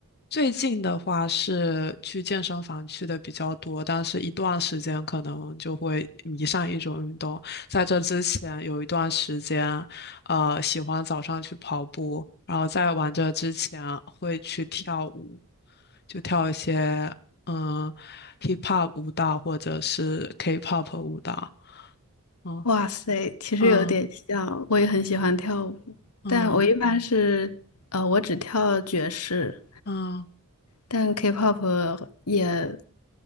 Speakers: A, on the left; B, on the left.
A: 最近的话是去健身房去的比较多，但是一段时间可能就会迷上一种运动。在这之前有一段时间，呃，喜欢早上去跑步，然后在玩这之前会去跳舞，就跳一些嗯 hip hop 舞蹈或者是 K-pop 舞蹈。嗯
B: 哇塞，其实有点像，
A: 嗯
B: 我也很喜欢跳舞，
A: 嗯
B: 但我一般是，呃，我只跳爵士，
A: 嗯
B: 但 K-pop 也